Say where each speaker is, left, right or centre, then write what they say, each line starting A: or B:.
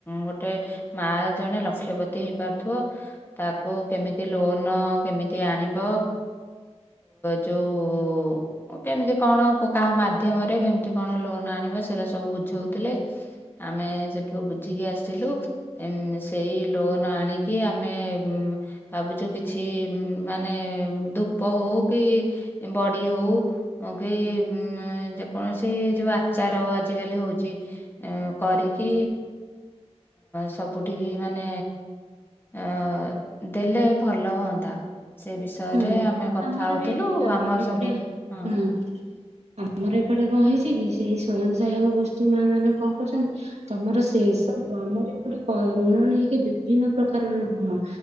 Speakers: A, on the left; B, on the right.
A: ଗୋଟେ ମା ଜଣେ ଲକ୍ଷପତୀ ହେଇପାରୁଥିବ, ତାକୁ କେମିତି ଲୋନ କେମିତି ଆଣିବ, ଯଉ କେମିତି କଣ କାହା ମାଧ୍ୟମରେ କେମିତି କଣ ଲୋନ ଆଣି ସେଗୁଡା ସବୁ ବୁଝାଉଥିଲେ ଆମେ ସେଠୁ ବୁଝିକି ଆସିଲୁ, ସେଇ ଲୋନ ଆଣିକି ଆମେ ଭାବୁଛୁ କିଛି ମାନେ ଧୂପ ହଉ କି ବଡି ହଉ କି ଯେକୌଣସି ଯୋଉ ଆ ଆଚାର ଆଜିକାଲି ହଉଛି କରିକି ସବୁଠିକି ମାନେ ଅ ଦେଲେ ଭଲ ହୁଅନ୍ତା। ସେ ବିଷୟରେ
B: ହୁଁ।
A: ଆମେ କଥା
B: ଆମର
A: ହଉଥିଲୁ
B: ବି ଏଠି ଆମର
A: ଆମ
B: ଏପଟେ
A: ସବୁ ହଁ।
B: ହୁଁ ଆମର ଏପଟେ କଣ ହେଇଛି କି, ସେଇ ସ୍ଵୟଂ ସହାୟକ ଗୋଷ୍ଠୀ ମା ମାନେ କଣ କରୁଛନ୍ତି ତମର ସେ ସବୁ ଆମର ଏପଟେ ଋଣ ନେଇକି ବିଭିନ୍ନ ପ୍ରକାରର ଋଣ